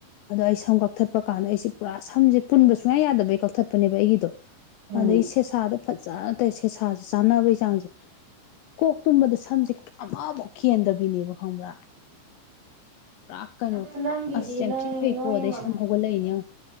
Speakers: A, on the left; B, on the right.
A: ꯑꯗꯣ ꯑꯩ ꯁꯝ ꯀꯛꯊꯠꯄ ꯀꯥꯟꯗ ꯑꯩꯁꯦ ꯄꯨꯔꯥ ꯁꯝꯖꯦ ꯄꯨꯟꯕ ꯁꯨꯡꯌꯥ ꯌꯥꯗꯕꯩ ꯀꯛꯊꯠꯄꯅꯦꯕ ꯑꯩꯒꯤꯗꯣ
B: ꯎꯝ
A: ꯑꯗꯩ ꯁꯦꯁꯥꯗ ꯐꯖꯅ ꯇꯩ ꯁꯦꯁꯥꯖꯦ ꯆꯥꯅꯕꯩ ꯆꯥꯡꯖꯦ ꯀꯣꯛ ꯇꯨꯝꯕꯗ ꯁꯝꯖꯦ ꯀ ꯑꯃꯕꯣꯛ ꯀꯦꯟꯗꯕꯤꯅꯦꯕ ꯈꯪꯕ꯭ꯔꯥ ꯄꯨꯔꯥ ꯀꯩꯅꯣ
B: ꯑꯗꯣ ꯅꯪꯒꯤꯗꯤ
A: ꯑꯁ ꯌꯥꯝ
B: ꯅꯣꯏ
A: ꯊꯤ ꯐꯩꯀꯣ
B: ꯅꯣꯏ
A: ꯑꯗꯩ
B: ꯃꯝ
A: ꯁꯝ ꯍꯧꯒꯠꯂꯛꯏꯅꯦ ꯌꯦꯡꯉꯣ